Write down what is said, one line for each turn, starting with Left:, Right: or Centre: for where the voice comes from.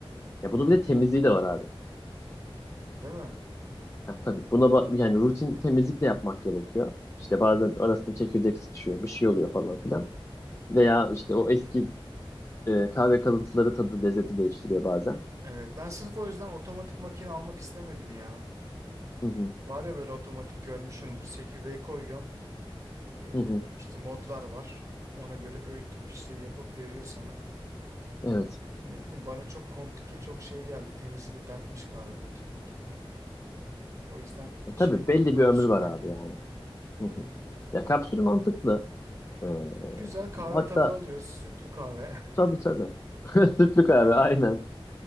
Left: Ya bunun
Right: Hı hı.
Left: bir de temizliği de var abi.
Right: Değil mi?
Left: Ha, tabii buna ba- yani rutin temizlik de yapmak gerekiyor. İşte bazen arasında çekirdek sıkışıyor, bir şey oluyor falan filan. Veya işte o eski e, kahve kalıntıları tadı lezzeti değiştiriyor bazen.
Right: Evet ben sırf o yüzden otomatik makine almak istemedim ya.
Left: Hı hı,
Right: Var ya böyle otomatik görmüşsündür. Çekirdeği koyuyorsun. Ee,
Left: hı hı.
Right: işte modlar var. Ona göre öğütüp işte yapıp veriyor sana.
Left: Evet.
Right: Ne bileyim bana çok komplike çok şey geldi. Temizliği de dertmiş galiba o tip makinelerin. O yüzden
Left: E,
Right: şey
Left: tabii belli
Right: dedim kapsülden
Left: bir ömrü var abi
Right: gideyim.
Left: yani. Hı hı.
Right: Aynen.
Left: Ya kapsül mantıklı. Ee,
Right: Güzel kahve
Left: hatta
Right: tadı alıyoruz. Sütlü kahve.
Left: tabii tabii. <laughs> Sütlü
Right: <laughs> Aynen.
Left: kahve aynen.